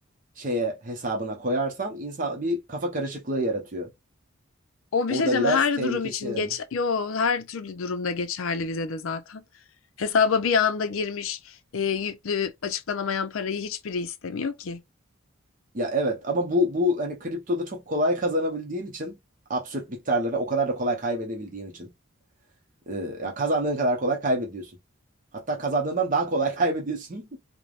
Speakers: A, on the right (about 40°); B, on the left (about 75°).
A: şeye hesabına koyarsan insan bir kafa karışıklığı yaratıyor.
B: O
A: O
B: bir şey diyeceğim
A: da biraz
B: her
A: tehlikesi.
B: durum için
A: yani.
B: geç yo her türlü durumda geçerli vizede zaten. Hesaba bir anda girmiş e, yüklü açıklanamayan parayı hiçbiri istemiyor ki.
A: Ya evet ama bu bu hani kriptoda çok kolay kazanabildiğin için absürt miktarlara o kadar da kolay kaybedebildiğin için. Ee, ya kazandığın kadar kolay kaybediyorsun. Hatta kazandığından daha kolay <laughs> kaybediyorsun.